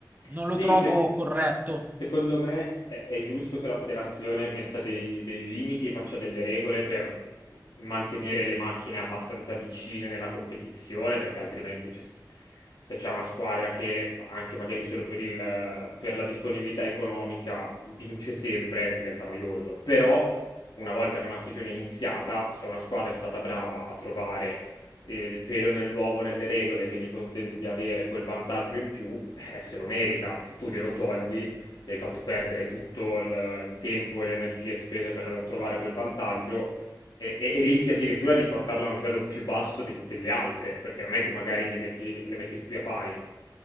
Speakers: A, on the right; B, on the left.
A: Non
B: Sì,
A: lo trovo
B: se-
A: corretto.
B: secondo me è, è giusto che la federazione metta dei, dei limiti e faccia delle regole per mantenere le macchine abbastanza vicine nella competizione, perché altrimenti c'è- se c'è una squadra che anche magari solo per il- per la disponibilità economica vince sempre, diventa noioso. Però una volta che una stagione è iniziata, se una squadra è stata brava a trovare eh, il pelo nell'uovo nelle regole che gli consente di avere quel vantaggio in più, eh, se lo merita. Se tu glielo togli, gli hai fatto perdere tutto il, il tempo e le energie spese per trovare quel vantaggio e, e- e rischi addirittura di portarla a un livello più basso di- delle altre, perché non è che magari li metti, le metti tutti a pari.